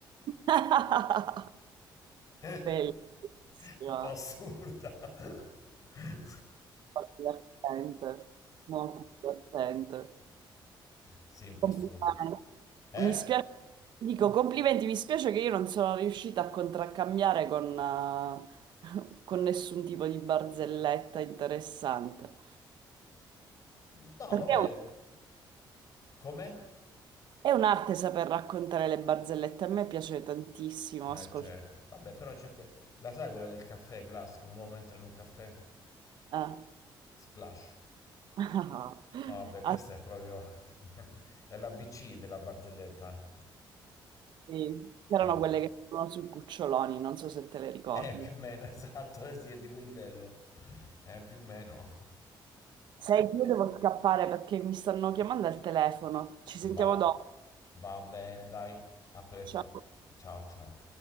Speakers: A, on the right (about 60°); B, on the left (about 40°).
A: <laughs>
B: <laughs>
A: Bellissima.
B: Un po' assurda. <laughs>
A: Molto divertente. Molto divertente.
B: Sì, un po'
A: Complimenti.
B: assurdo. Eh?
A: Mi spiace, dico complimenti, mi spiace che io non sono riuscita a contraccambiare con, eh, <laughs> con nessun tipo di barzelletta interessante.
B: No,
A: Perché
B: vabbè,
A: è un-
B: come?
A: è un'arte saper raccontare le barzellette, a me piace tantissimo
B: Eh,
A: ascoltare.
B: certo. Vabbè, però c'è que- la sai quella del caffè classico, un uomo entra in un caffè,
A: Ah.
B: splash.
A: <laughs> Ah,
B: Vabbè, questa
A: Ah,
B: è proprio <laughs> è l'ABC della barzelletta.
A: sì. C'erano
B: Eh,
A: quelle che sono sui cuccioloni, non so se te le ricordi.
B: Eh, più o meno, <laughs> esatto, eh, sì, è di quel livello. Eh, più o meno.
A: Sei, io devo scappare perché mi stanno chiamando al telefono. Ci sentiamo
B: Va,
A: dopo.
B: va bene, dai. A presto.
A: Ciao.
B: Ciao, ciao.